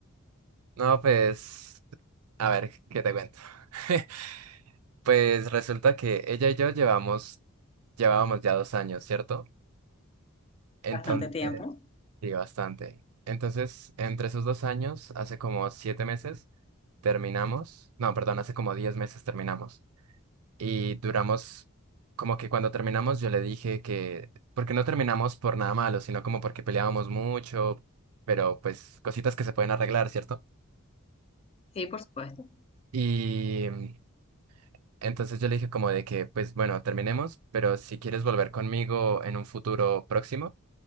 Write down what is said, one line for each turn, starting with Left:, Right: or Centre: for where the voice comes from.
Right: No, pues, a ver, ¿qué te cuento? <laughs> Pues resulta que ella y yo llevamos, llevábamos ya dos años, ¿cierto? Entonces,
Left: Bastante tiempo.
Right: sí, bastante. Entonces, entre esos dos años, hace como siete meses, terminamos. No, perdón, hace como diez meses terminamos. Y duramos, como que cuando terminamos yo le dije que, porque no terminamos por nada malo, sino como porque peleábamos mucho, pero pues cositas que se pueden arreglar, ¿cierto?
Left: Sí, por supuesto.
Right: Y mm, entonces yo le dije como de que, pues bueno, terminemos, pero si quieres volver conmigo en un futuro próximo,